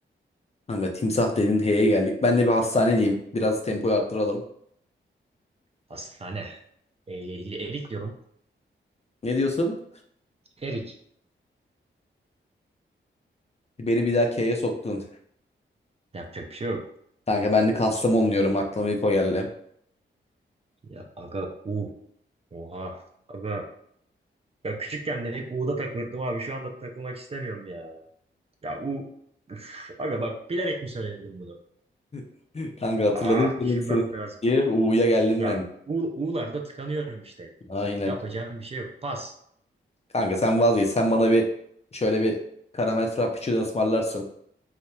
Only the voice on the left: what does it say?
Kanka timsah dedin H'ye geldik. Ben de bir hastane diyeyim. Biraz tempoyu arttıralım.
Ne diyorsun?
Beni bir daha K'ye soktun.
Kanka ben de Kastamonu diyorum Aklıma ilk o geldi.
<laughs> Kanka hatırladım
senin
senin
diye U'ya geldim
ben.
Aynen.
Kanka sen vazgeç. Sen bana bir şöyle bir karamel frappuccino ısmarlarsın.